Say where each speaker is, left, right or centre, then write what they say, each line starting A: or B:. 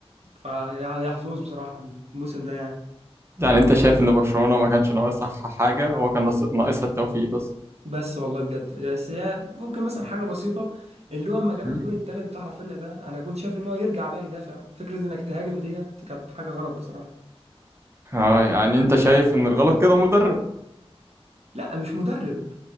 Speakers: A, on the right (about 80°); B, on the right (about 25°).
A: فهي هي حظوظ بصراحة الموسم ده يعني
B: يعني انت شايف ان برشلونة ما كانش ناقصها ح- حاجة هو كان ناقص- ناقصها التوفيق بس
A: بس والله بجد بس هي ممكن مثلا حاجة بسيطة اللي هو أما جاب
B: مم.
A: الجون التالت بتاع رافينيا ده أنا كنت شايف إن هو يرجع بقى يدافع فكرة إنك تهاجم ديت كانت حاجة غلط بصراحة
B: اه يعني انت شايف ان الغلط كده مدرب
A: لا مش مدرب